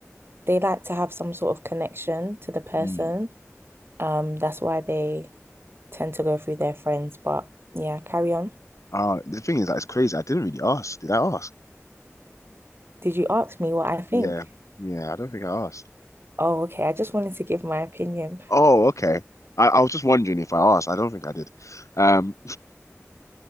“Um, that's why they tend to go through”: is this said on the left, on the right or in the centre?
Right